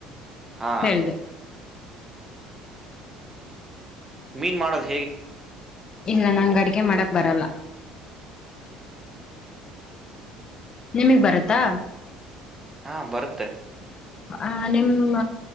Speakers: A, on the right; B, on the left.
A: ಹಾ
B: ಹ್ಞ <inaudible>
A: ಮೀನ್ ಮಾಡೋದ.
B: ಇಲ್ಲ ನಂಗ್ ಅಡಿಗೆ ಮಾಡಕ್ ಬರಲ್ಲ ನಿಮಗ್ ಬರತ್ತಾ
A: ಹಾ ಬರುತ್ತೆ
B: ಆ ನಿಮ್ಮ